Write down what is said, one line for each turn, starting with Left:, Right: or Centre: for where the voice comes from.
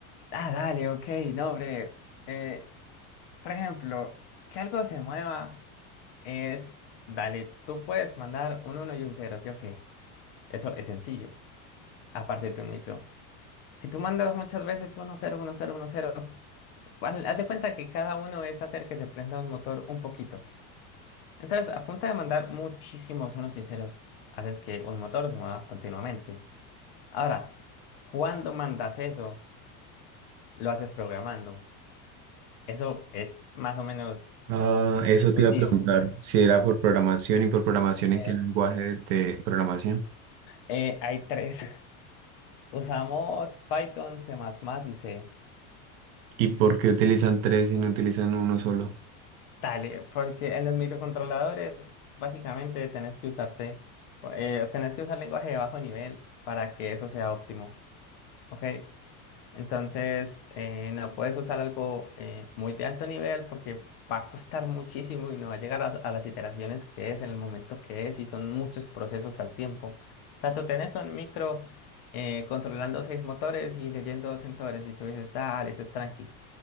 Left: Ah, dale, ok, no, hombre. Eh, por ejemplo, que algo se mueva es, dale, tú puedes mandar un uno y un cero ¿sí o qué? Eso es sencillo, aparte de un micro. Si tú mandas muchas veces uno cero uno cero uno cero Bueno, haz de cuenta que cada uno es hacer que se prenda un motor un poquito. Entonces, a punta de mandar muchísimos unos y ceros, haces que un motor se mueva continuamente. Ahora, cuando mandas eso, lo haces programando. Eso es más o menos
Right: Ah, eso
Left: intuitivo.
Right: te iba a preguntar, si era por programación y por programación,
Left: Eh,
Right: ¿en qué lenguaje
Left: sí.
Right: de programación?
Left: Eh, hay tres. <laughs> Usamos Python, C++ y C.
Right: ¿Y por qué utilizan tres y no utilizan uno solo?
Left: Dale, porque en los microcontroladores básicamente tenés que usarse, eh, tenés que usar lenguaje de bajo nivel para que eso sea óptimo. Ok, entonces eh, no puedes usar algo eh, muy de alto nivel porque va a costar muchísimo y no va a llegar a, a las iteraciones que es en el momento que es y son muchos procesos al tiempo. O sea, tú tenés un micro eh, controlando seis motores y leyendo sensores y tú dices, dale, eso es tranqui,